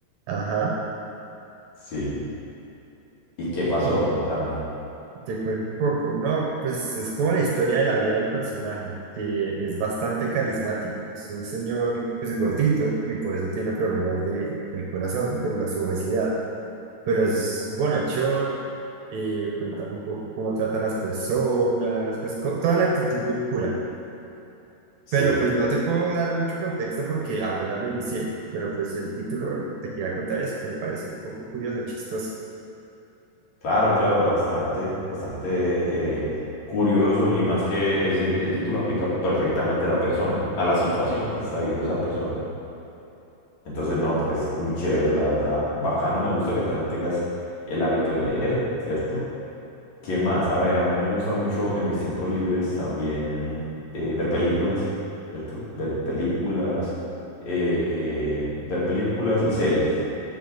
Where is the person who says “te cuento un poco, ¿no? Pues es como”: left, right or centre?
Right